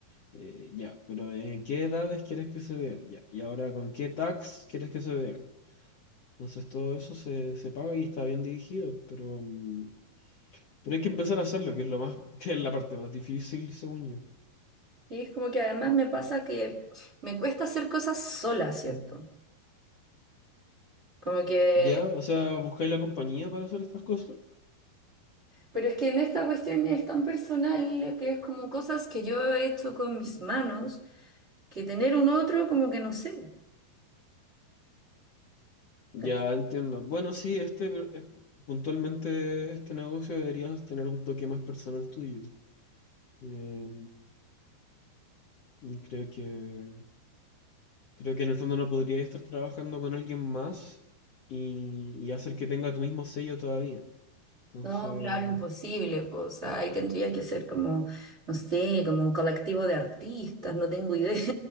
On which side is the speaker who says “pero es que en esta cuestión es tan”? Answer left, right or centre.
Right